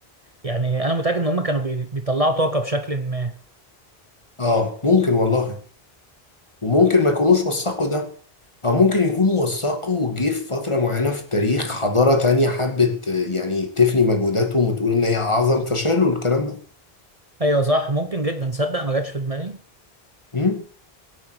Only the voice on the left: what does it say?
اه ممكن والله وممكن ما يكونوش وثقوا ده او ممكن يكونوا وثقوا وجه في فتره معينه في التاريخ حضاره تانية حبت آه، يعني تفني مجهوداتهم وتقول ان هي اعظم فشالوا الكلام ده
امم